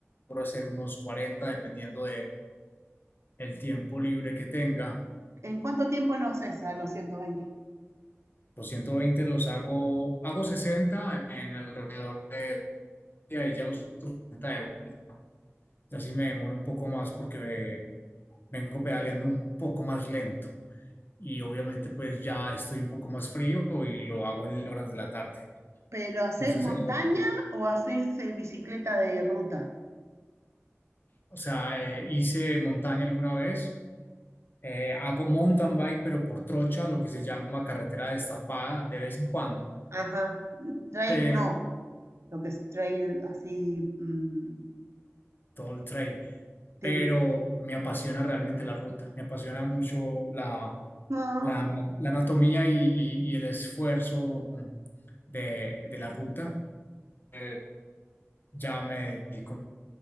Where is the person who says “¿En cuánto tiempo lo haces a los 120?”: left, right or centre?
Right